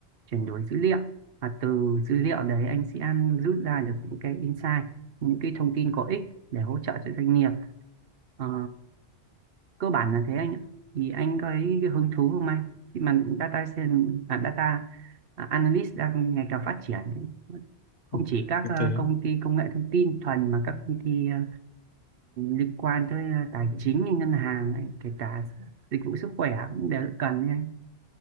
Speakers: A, on the right (about 65°); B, on the left (about 50°).
A: chuyển đổi dữ liệu và từ dữ liệu đấy anh sẽ rút ra được những cái insight những cái thông tin có ích để hỗ trợ cho doanh nghiệp Ờ, cơ bản là thế anh ạ thì anh có thấy hứng thú không anh khi mà data science à, data à, analyst đang ngày càng phát triển ấy. không
B: ừ.
A: chỉ các
B: Thực
A: ờ,
B: tế
A: công ty công nghệ thông tin thuần mà các công ty ờ, liên quan tới ờ, tài chính như ngân hàng ấy, kể cả dịch vụ sức khỏe cũng đều rất cần ấy anh